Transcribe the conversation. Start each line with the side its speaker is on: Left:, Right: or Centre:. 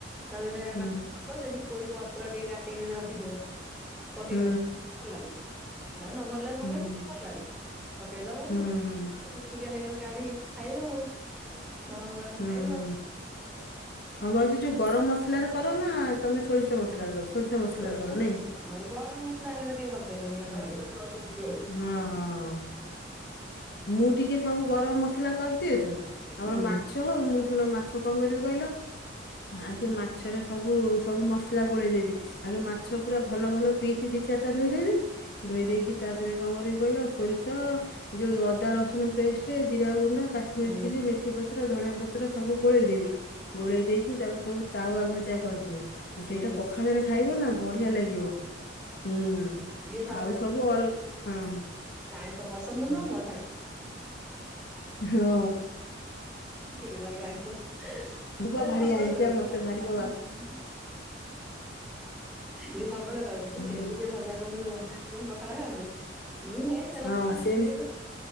Centre: ତା ଦେହରେ
Left: ହୁଁ
Centre: ମାଛକୁ ପକେଇବ ଯଦି ପୋଇ ପତ୍ର ଟିକେ କାଟିକି ଯଦି ରଖିଥିବ ପକେଇବ।
Left: ହୁଁ
Centre: ଭଲ ଲାଗେ। ଯାହାକୁ ନ ଭଲ ଲାଗେ ପକେଇବେନି
Left: ହୁଁ
Centre: ଭଲ ଲାଗେ। ପକେଇଦବା
Left: ହୁଁ ହୁଁ
Centre: ସେଟିକେ ପାଣିମଲେ ସୁୁଖୁସୂଖିଆ ହେଇଗଲେ କାଢି ଖାଇବ ଆଉ।
Left: ହୁଁ।
Centre: ଗରମ ଗରମ ଖାଇବ ଆଉ
Left: ହଁ ଭାଉଜ ଯୋଉ ଗରମ ମସଲାରେ କର ନା ତମେ ସୋରିଷ ମସଲାରେ କର? ସୋରିଷ ମସଲାରେ
Centre: ସୋ
Left: କର
Centre: ସୋ
Left: ନାଇଁ
Centre: ନହେଲେ ଗରମ ମସଲା ହେଇଗଲେ କେହି ଭଲ ପାଇବେନି ଆମ ଘରେ। ହୁଁ
Left: ହଁ ହଁ। ମୁଁ ଟିକେ ସବୁ ଗରମ ମସଲା କରିଦିଏ ତ ଆମର
Centre: ହୁଁ
Left: ମାଛ ହଉ ମୁଁ ଶୁଣ ମାଛ କଣ କରିବି କହିଲ ଆଗେ ମାଛରେ ସବୁ ସବୁ ମସ ଗୋଳେଇ ଦେବୀ ଆଗ ମାଛ ପୁରା ଭଲ ଭଲ ପିସି ଦି ଚାରିଟା ଧୋଇଦେବି ଧୋଇ ଦେଇକି ତା ଦେହରେ କଣ କରିବି କହିଲ ସୋରିଷ ଯୋଉ ଅଦା ରସୁଣ ପେଷ୍ଟ ଜିରା ଗୁ ଣ୍ଡ କାଶ୍ମୀରି
Centre: ହୁଁ
Left: ଚିଲି ମେଥି ପତ୍ର ଧଣିଆ ପତ୍ର ସବୁ ଗୋଳେଇ ଦେବି ଗୋଳେଇ ଦେଇକି ତାକୁ ତାକୁ ତାୱ ଭଜା କରିଦିଏ।
Centre: ହୁଁ
Left: ସେଇଟା ପଖାଳରେ ଖାଇବ ନା ବଢିଆ ଲାଗିବ। ହୁଁ
Centre: ଇଏ ସବୁବେଳେ
Left: ଆଉ ସବୁ ଅଲ ହଁ
Centre: ଆଇଁଷ ପସନ୍ଦ
Left: ହୁଁ।
Centre: ନୁହଁ <unintelligible>
Left: ହଁ
Centre: ଚିଡି ଲାଗେ ଆଇଁସ
Left: ମୁଁ ବା
Centre: ସବୁବେଳେ
Left: ଭାରି ଆଇଁଷିଆ
Centre: କହିବେ
Left: ମତେ
Centre: <unintelligible>
Left: ଭାରି ବା-
Centre: ଇଏ ସବୁବେଳେ କହିବେ ସେମିତି
Left: ହୁଁ
Centre: ଟିକିଏ ଭଜା କରିଦଉନୁ ବଢିଆ ଲାଗିବ ପଖାଳ ଖାନ୍ତେ। ମୁଁ ହେ ତେଲ
Left: ହଁ
Centre: ମସଲା
Left: ସେମ